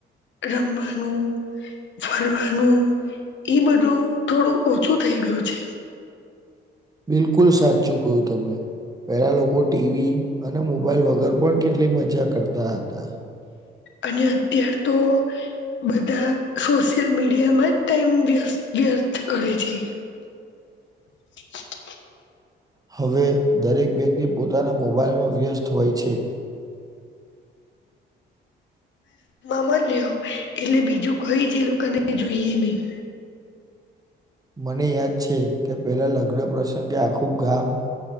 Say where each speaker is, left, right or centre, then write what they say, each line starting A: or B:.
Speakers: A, on the left; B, on the right.
A: રમવાનું ફરવાનું એ બધું થોડું ઓછું થઈ ગયું છે.
B: બિલકુલ સાચું કો તમે. પેલા લોકો ટી વી અને મોબાઈલ વગર પણ કેટલીક મજા કરતા હતા.
A: અને અત્યાર તો બધા સોશિયલ મીડિયામાં જ ટાઈમ વ્યસ્ વ્યર્થ કરે છે. <inaudible>
B: હવે દરેક વ્યક્તિ પોતાના મોબાઈલમાં વ્યસ્ત હોય છે.
A: મામા લ્યો, એટલે બીજું કઈ જ એ લોકોકાને જોઈએ નહી.
B: મને યાદ છે કે પેલા લગ્ન પ્રસંગે આખું ગામ